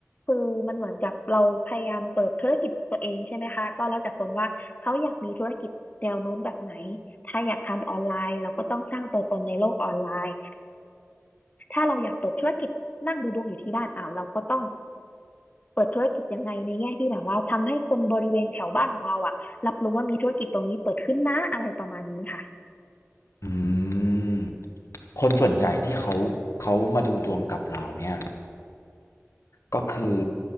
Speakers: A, on the left; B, on the left.
A: คือมันเหมือนกับเราพยายามเปิดธุรกิจตัวเองใช่ไหมคะก็แล้วแต่คนว่าเขาอยากมีธุรกิจแนวโน้มแบบไหนถ้าอยากทำออนไลน์เราก็ต้องสร้างตัวตนในโลกออนไลน์ถ้าเราอยากเปิดธุรกิจนั่งดูดวงอยู่ที่บ้านอ้าวเราก็ต้องเปิดธุรกิจยังไงในแง่ที่แบบว่าทำให้คนบริเวณแถวบ้านของเราอ่ะรับรู้ว่ามีธุรกิจตรงนี้เปิดขึ้นนะอะไรประมาณนี้ค่ะ
B: อืมคนส่วนใหญ่ที่เขาเขามาดูดวงกับเราเนี่ยก็คือ